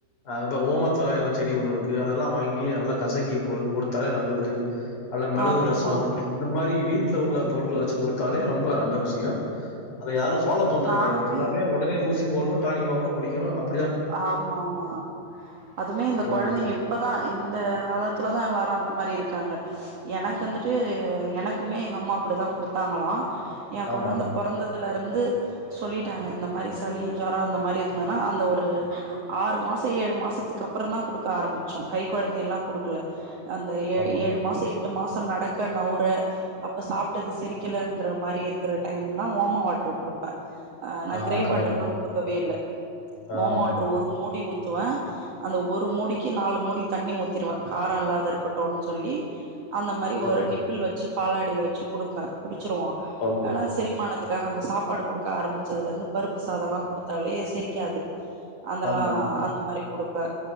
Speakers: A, on the left; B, on the right.
A: அதுக்கப்றோ ஓமத்துல எல செடி ஒண்ணு இருக்கு அதெல்லா வாங்கி நல்லா கசக்கி குடுத்தாலே நல்லது அல்ல மிளகு
B: ஆமாமா
A: ரசோ இந்த மாரி வீட்ல உள்ள பொருட்கள வெச்சு குடுத்தாலே ரொம்ப நல்ல விஷியோ அத யாரு ஃபாலோ பண்றது
B: நானுமே
A: கெடையாது எல்லாமே ஒடனே ஊசி போடணு டானிக் வாங்கனு குடிக்கணு அப்
B: ஆமாம்மா அதுமே இந்த
A: அது
B: கொழந்திங்க இப்பதா இந்த காலத்துலதா எல்லாரு அந்த மாரி இருக்காங்க எனக்கு வந்துட்டு எனக்குமே எங்க அம்மா அப்பிடிதா குடுத்தாங்களா ஏ
A: ஆமா,
B: கொழந்த பொறந்ததுல இருந்து சொல்லிட்டாங்க இந்த மாரி சளி ஜொரோ இந்த மாரி இருந்ததுன்னா அந்த ஒ ஒரு ஆறு மாசோ ஏழு மாசத்துக்கு அப்றோ தா குடுக்க ஆரம்பிச்சோ கை கொழந்தைய எல்லா குடுக்கல அந்த ஏ
A: ஆமா.
B: ஏழு மாசோ எட்டு மாசோ நடக்க நவுர அப்ப சாப்ட்டது செரிக்கலேன்ற மாரி இருக்குற டைம்லா ஓம வாட்ரு குடு ப்ப அ நா
A: ஆ
B: கிரே
A: கரெக்ட்.
B: பாட்டல்லா குடுக்கவே இல்ல.
A: ஆ
B: ஓம வாட்ரு ஒரு மூடி ஊத்துவ அந்த ஒரு மூடிக்கி நாலு மூடி தண்ணி ஊத்திருவே காரோ இல்லாத இருக்குட்டுன் சொல்லி அந்த மாரி
A: ஓகே,
B: ஒரு நிப்பில் வெச்சு பாலாடைல வெச்சு குடுப்பே குடிச்சுருவா.
A: ஓகே.
B: ஆனாஸ் செரிமானத்துக்காக அந்த சாப்பாடு கொடுக்க ஆரம்பிச்சதுல இருந்து பருப்பு சாதம் எல்லாம் குடுத்தாலே செரிக்காது அதல்லா
A: ஆமா.
B: அந்த மாரி குடுப்பே.